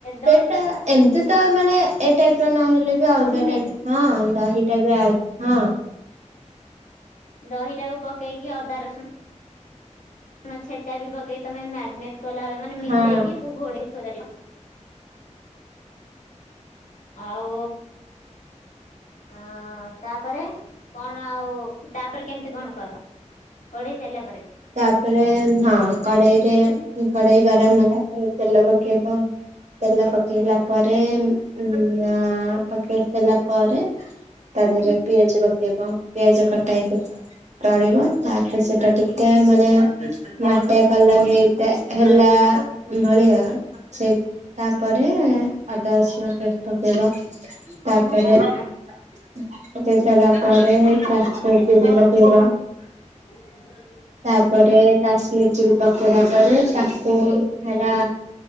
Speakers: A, on the left (about 80°); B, on the right (about 65°).
A: ଦହ୍
B: ଏଟା ଏମତି ତ ମାନେ ଏ ଟାଇପର ନହେଲେ ବି
A: ଦହି
B: ଅଲଗା
A: ମେନ୍
B: ଟାଇପ ହଁ ଦହିଟା ବି ଆଡ୍ ହଁ।
A: ଦହିଟାକୁ ପକେଇକି ଅଦା, ରସୁ ଣ ଛେଚା ବି ପକେଇ ତମେ ମାରିନେଟ୍ କଲାବେଳେ ମାନେ ମିଶେଇକି
B: ହଁ
A: ତାକୁ ଘୋଡ଼େଇ ଥୋଇପାରିବ। ଆଉ ଅଁ ତାପରେ କଣ ଆଉ ତାପରେ କେମିତି କଣ କର ଘୋଡେଇ ସାରିଲା ପରେ?
B: ତାପରେ ହଁ କଡେଇରେ କଡେଇ ଗରମ ହେଲା ପରେ ତେଲ ପକେଇବ। ତେଲ ପକେଇଲା ପରେ ଉଁ ଆ ପକେଇ ତାତିଲା ପରେ ତା ଦେହରେ ପିଆଜ ପକେଇବ। ପିଆଜ କଟା ହେଇକି ପଡିବ ତାପରେ ସେଟା ଟିକେ ମାନେ ମାଟିଆ କଲର ହେଇଥାଏ ହେଲା ଭଳିଆ ସେଇ ତାପରେ
A: ହୁଁ
B: ଅଦା ରସୁଣ ପେଷ୍ଟ ପକେଇବ। ତାପରେ
A: ହଁ
B: ପକେଇସାରିଲା ପରେ ହେଇ କାଶ୍ମିର ଚିଲି ପକେଇବ।
A: ହ ବନ୍ଦର <inaudible>
B: ତାପରେ କାଶ୍ମିର ଚିଲି ପକେଇଲା ପରେ ତାକୁ ହେଲା